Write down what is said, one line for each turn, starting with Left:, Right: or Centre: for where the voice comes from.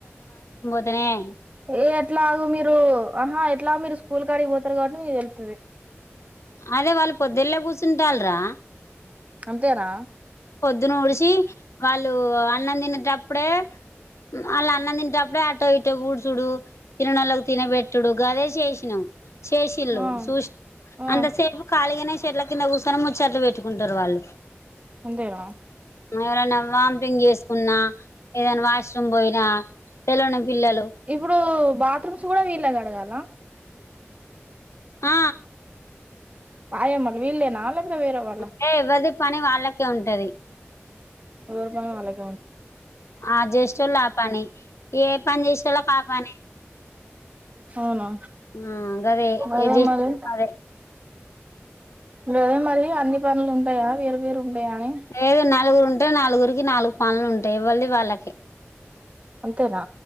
Left: తనే
Right: ఏ ఎట్లాగ మీరు ఆహా ఎట్లాగ మీరు స్కూల్కి అడిగిపోతారు కాబట్టి మీకు వెళ్తుంది
Left: అదే వాళ్ళు పొద్దుళ కూర్చుంటాలరా
Right: అంతేనా
Left: పొద్దున్న ఊడిసి వాళ్ళు అన్నం తినేటప్పుడే వాళ్ళ అన్నం తింటేప్పుడే అటో ఇటో బూడ్చుడు తిననళ్ళకి తినబెట్టుడు గదే చేసినం చేసిల్లు
Right: ఆ
Left: చూ
Right: ఆ
Left: అంతసేపు కాళగానే చెట్ల కింద కూర్చొని ముచ్చ చెట్లు పెట్టుకుంటారు వాళ్ళు
Right: అంతేనా
Left: ఎవరైనా వాంపింగ్ చేసుకున్నా ఏదైనా వాష్రూమ్ పోయినా తెలవని పిల్లలు
Right: ఇప్పుడు బాత్రూమ్స్ కూడా వీళ్ళ కడగాలా
Left: ఆ
Right: వాయమ్మలు వీళ్లేనా లేకపోతే వేరేవాళ్ళ?
Left: అంటే ఎవరిది పని వాళ్ళకే ఉంటది
Right: ఎవరి జోన వాళ్ళకి
Left: ఆ జేసేటోల్లు ఆపాని ఏ పని జేసేటోళ్లకు ఆ పని
Right: అవునా
Left: ఆ గదే
Right: అదే
Left: ఏ చేసేటోళ్ళకి
Right: మరి
Left: అదే
Right: లేదే మరి అన్ని పనులు ఉంటాయా వేరు వేరు ఉంటాయా అని
Left: లేదు నలుగురు ఉంటే నలుగురికి నాలుగు పనులు ఉంటయి ఇవ్వి వాళ్ళకే
Right: అంతేనా